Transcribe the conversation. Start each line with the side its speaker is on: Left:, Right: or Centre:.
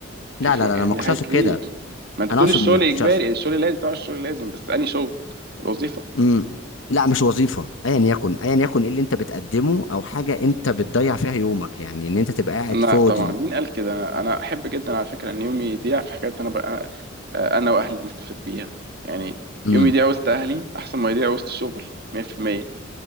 Right: في
Left: لا
Right: فروق
Left: لا لا
Right: يعني
Left: لا، ما
Right: دي
Left: كنتش
Right: حاجات
Left: اقصد
Right: كتير
Left: كده
Right: ما أنت
Left: انا
Right: بتقول
Left: اقصد
Right: الشغل
Left: ما كنتش
Right: إجباري
Left: اقصد
Right: الشغل لازم طبعا الشغل لازم بس أنهي شغل الوظيفة
Left: امم لا مش وظيفه ايا يكن ايا يكن ايه اللي انت بتقدمه او حاجه انت بتضيع فيها يومك يعني ان انت تبقى قاعد
Right: لا
Left: فاضي
Right: طبعا مين قال كده أنا أحب جدا على فكرة إن يومي يضيع في حاجات أنا بقى أنا وأهلي نستفيد بيها يعني
Left: امم
Right: يومي يضيع وسط أهلي أحسن ما يضيع وسط شغل 100%